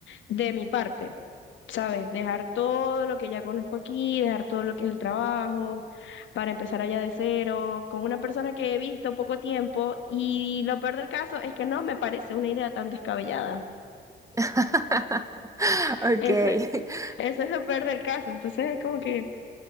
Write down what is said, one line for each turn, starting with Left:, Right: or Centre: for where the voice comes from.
Left: de mi parte, ¿sabes? Dejar todo lo que ya conozco aquí, dejar todo lo que es el trabajo, para empezar allá de cero, con una persona que he visto poco tiempo y lo peor del caso es que no me parece una idea tan descabellada.
Right: <laughs> Ok.
Left: Eso,
Right: <laughs>
Left: eso es lo peor del caso. Entonces es como que,